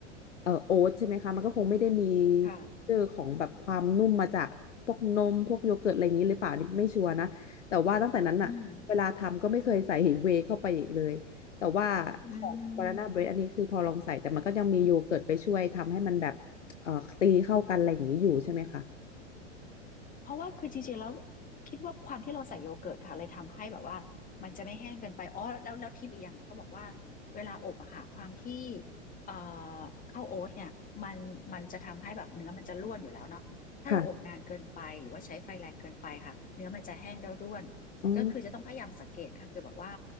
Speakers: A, on the left (about 75°); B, on the left (about 20°).
A: เอ่อโอ๊ตใช่ไหมคะมันก็คงไม่ได้มี
B: ค่ะ
A: เจอของแบบความนุ่มมาจากพวกนมพวกโยเกิร์ตอะไรอย่างนี้หรือเปล่านี่ไม่ชัวร์นะ แต่ว่าตั้งแต่นั้นน่ะเวลาทำก็ไม่เคยใส่เวย์เข้าไปอีกเลยแต่ว่าของ
B: อืมอืม
A: Banana Bread อันนี้คือพอลองใส่แต่มันก็ยังมีโยเกิร์ตไปช่วยทำให้มันแบบเอ่อตีเข้ากันอะไรอย่างนี้อยู่ใช่ไหมคะ
B: เพราะว่าคือจริงๆแล้วคิดว่าความที่เราใส่โยเกิร์ตค่ะเลยทำให้แบบว่ามันจะไม่แห้งเกินไปอ๋อแล้วแล้วทิปอีกอย่างหนึ่งเขาบอกว่าเวลาอบอะค่ะความที่เอ่อข้าวโอ๊ตเนี่ยมันมันจะทำให้แบบเนื้อมันจะร่วนอยู่แล้วเนาะถ้าเราอบนานเกินไปหรือว่าใช้ไฟแรงเกินไปค่ะเนื้อมันจะแห้งแล้วร่วน
A: ค่ะอ๋อ
B: ก็คือจะต้องพยายามสังเกตค่ะคือแบบว่า